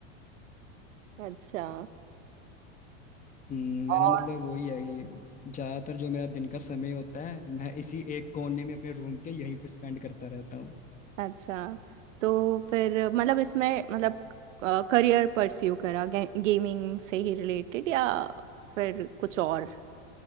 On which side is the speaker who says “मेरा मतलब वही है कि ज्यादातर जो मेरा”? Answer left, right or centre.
Left